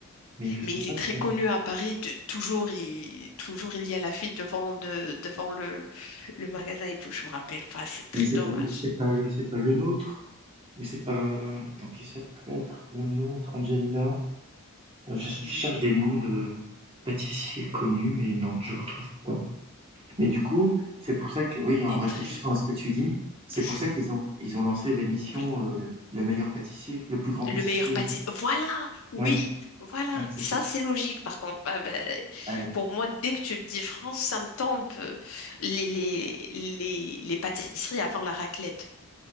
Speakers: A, on the right; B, on the left.
A: mais je sais
B: Mais il
A: pas
B: est
A: qui.
B: très connu à Paris. de- toujours, il toujours il y a la file devant de, devant le le magasin et tout. Je me rappelle pas. C'est très
A: Mais c'est
B: dommage.
A: pas, c'est pas
B: <laughs>
A: le, c'est pas le nôtre. Ou c'est pas. Attends, qui ça peut être le nôtre, Angelina? Euh, Je
B: Mhm.
A: cherche des noms de pâtissiers connus, mais non, je retrouve pas. Mais du coup, c'est pour ça que, oui, en
B: Il est
A: réfléchissant
B: très.
A: à ce que tu dis, c'est
B: Je...
A: pour ça qu'ils ont, ils ont lancé l'émission
B: Oui.
A: euh, le, le meilleur pâtissier, le plus grand pâtissier.
B: Le meilleur pâtissier. Voilà, oui,
A: Oui,
B: voilà.
A: ouais, que ça,
B: Ça,
A: c'est-
B: c'est logique, par contre. Ah ben,
A: ouais.
B: pour moi, dès que tu me dis France, ça me tombe euh, les, les, les, les pâtisseries avant la raclette.